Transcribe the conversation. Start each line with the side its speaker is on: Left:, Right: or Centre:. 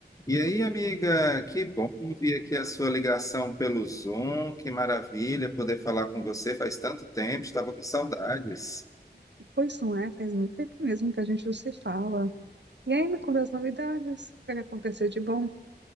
Left: E aí, amiga, que bom ver aqui a sua ligação pelo Zoom, que maravilha poder falar com você faz tanto tempo, estava com saudades.
Right: Pois não é, faz muito tempo mesmo que a gente não se fala. E aí, me conta as novidades, o que vai acontecer de bom?